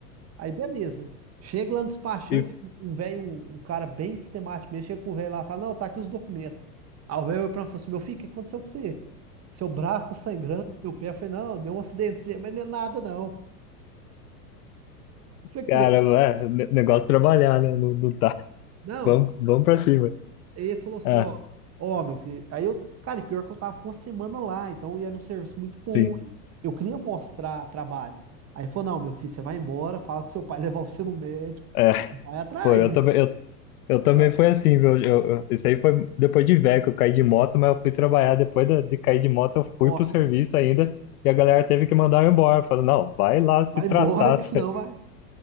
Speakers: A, on the right (about 30°); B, on the left (about 65°).
A: Aí beleza. Chega lá no despachante,
B: E
A: um velho, um, um cara bem sistemático mesmo, chega com o velho lá e fala, não, tá aqui os documentos. Aí o velho olhou pra mim e falou assim, meu filho, o que aconteceu com você? Seu braço tá sangrando, seu pé. Eu falei, não, deu um acidentezinho, <laughs> mas não é nada não. Você crê?
B: Caramba, é, ne- negócio trabalhar, né? Não, não tá.
A: Não.
B: Vamos, vamos pra cima.
A: Aí ele falou assim,
B: Ah,
A: ó, ó, meu filho. Aí eu, cara, e pior que eu tava com uma semana lá, então e era um serviço muito
B: sim.
A: bom. Eu, eu queria mostrar trabalho. Aí ele falou, não, meu filho, você vai embora, fala que seu pai <laughs> levar você no médico.
B: É,
A: Vai atrás,
B: pô, eu
A: bicho.
B: também, eu, eu também
A: Ah,
B: foi assim, viu? Eu, eu- isso aí foi depois de velho que eu caí de moto, mas eu fui trabalhar. Depois da- de, cair de moto, eu fui
A: Nossa.
B: pro serviço ainda e a galera
A: Aí-
B: teve que mandar eu embora. Falando, não, vai lá se
A: Vai
B: tratar,
A: embora, que
B: <laughs> você
A: senão vai,